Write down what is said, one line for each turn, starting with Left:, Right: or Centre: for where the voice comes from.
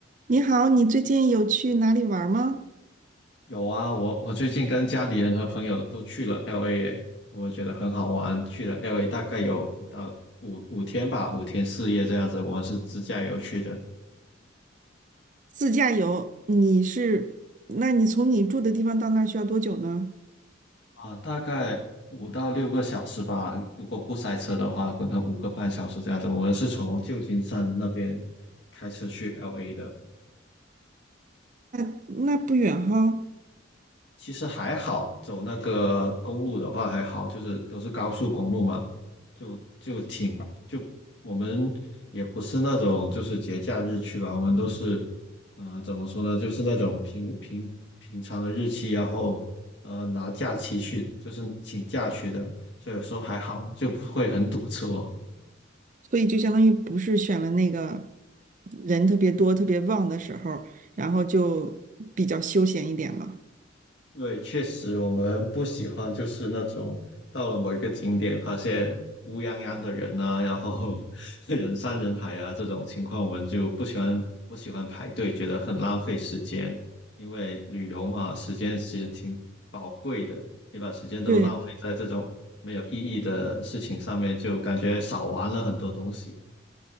Right: 你好，你最近有去哪里玩儿吗？
Left: 有啊，我我最近跟家里人和朋友都去了 LA 耶，我觉得很好玩。去了 LA 大概有五到五五天吧，五天四夜这样子。我们是自驾游去的
Right: 自驾游，你是，那你从你住的地方到那儿需要多久呢？
Left: 啊，大概五到六个小时吧，如果不塞车的话，可能五个半小时这样子。我们是从旧金山那边开车去 LA 的，
Right: 那那不远哈，
Left: 其实还好，走那个公路的话还好，就是都是高速公路嘛，就就挺就我们也不是那种就是节假日去吧，我们都是呃怎么说呢，就是那种平平平常的日期，然后呃拿假期去，就是请假去的，所以有时候还好，就不会很堵车。
Right: 所以就相当于不是选了那个人特别多、特别旺的时候，然后就比较休闲一点了。
Left: 对，确实我们不喜欢就是那种到了某一个景点发现乌泱泱的人啊，然后 <laughs> 人山人海啊这种情况，我们就不喜欢不喜欢排队，觉得很浪费时间。因为旅游嘛，时间其实挺宝贵的，你把时间都浪费在这种没有意义的事情上面，
Right: 对，
Left: 就感觉少玩了很多东西。